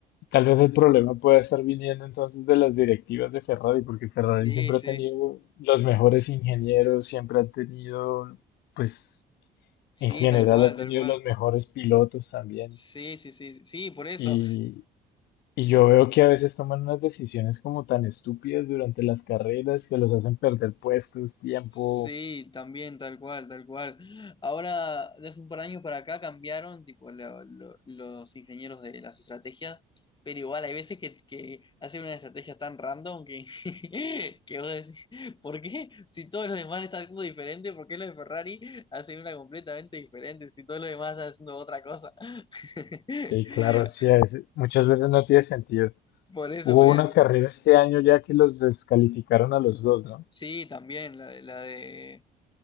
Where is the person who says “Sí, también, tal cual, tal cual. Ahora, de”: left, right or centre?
Left